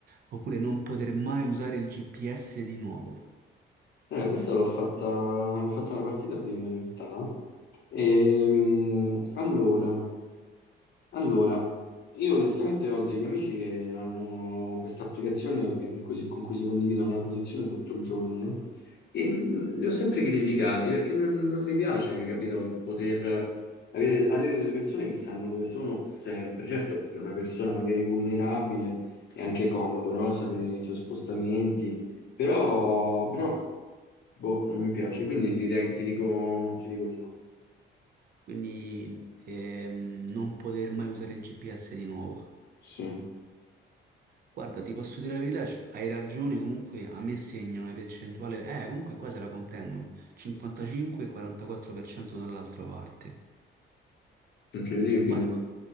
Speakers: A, on the right (about 50°); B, on the left (about 60°).
A: oppure non poter mai usare il GPS di nuovo?
B: Eh, questa l'ho fatta, l'ho fatta una partita prima in realtà. Ehm, allora, allora, io onestamente ho degli amici che hanno questa applicazione che- con cui, si con cui si condividono la posizione tutto il giorno, no? E l- li ho sempre criticati perché non, non mi piace, capito, poter avere, avere delle persone che sanno dove sono sempre. Certo, per una persona magari vulnerabile è anche comodo, no? Sapere i suoi spostamenti. Però, però Boh, non mi piace, quindi ti, de- ti dico, ti dico di no.
A: Quindi ehm, non poter mai usare il GPS di nuovo.
B: Sì,
A: Guarda, ti posso dire la verità, c- hai ragione, comunque a me segna una percentuale, eh, comunque qua se la contendono, 55 e 44% dall'altra parte.
B: incredibile.
A: Vai,